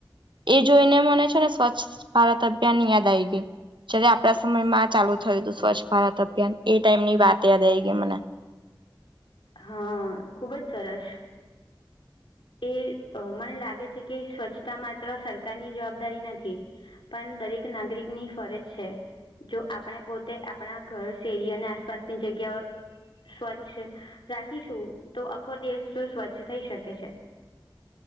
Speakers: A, on the right; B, on the left.
A: એ જોઈને મને છે ને સ્વચ્છ ભારત અભિયાનની યાદ આ આવી ગય જ્યારે આપડા સમયમાં ચાલુ થયું હતું સ્વચ્છ ભારત અભિયાન એ ટાઈમ ની વાત યાદ આવી ગઈ મને
B: હા ખુબ જ સરસ એ મને લાગે છે કે સ્વચ્છતા માત્ર સરકારની જવાબદારી નથી. પણ દરેક નાગરિક ની ફરજ છે. જો આપણે પોતે આપણા ઘર શેરી અને આસપાસની જગ્યાઓ સ્વચ્છ રાખીશું તો આખો દેશ તો સ્વચ્છ થઈ શકે છે.